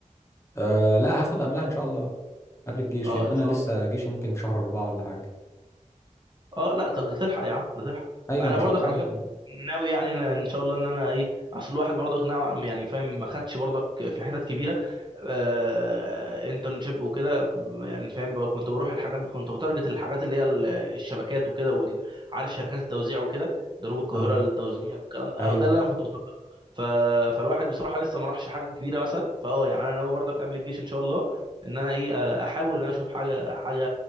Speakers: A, on the left (about 20°); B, on the right (about 35°).
A: آه لا هاخد قبلها ان شاء الله قبل الجيش
B: اه
A: لان
B: ان
A: انا
B: شاء
A: لسه
B: الله
A: جيشي ممكن في شهر اربعة ولا حاجه
B: اه لا طب ده تلحق يا عم ده تلحق
A: ايوه
B: انا
A: ان
B: برضك
A: شاء الله
B: على
A: ممكن
B: فكره ناوي يعني أنا ان شاء الله ان انا ايه اصل الواحد برضك نوعا يعني فاهم ما خدش برضك في حتت كبيره آه انترنشيب وكده يعني فاهم بقى كنت بروح الحاجات كنت بتارجت الحاجات اللي هي ال- الشبكات وكده وال- عارف شركات التوزيع وكده جنوب القاهره
A: اه
B: للتوزيع والكلام ده
A: ايوه
B: أو ده اللي انا كنت بتارجته ف... فالواحد بصراحه لسه ما راحش حاجه كبيره مثلا فاه يعني انا ناوي برضك قبل الجيش ان شاء الله ان انا ايه آه، احاول ان انا اشوف حاجه حاجه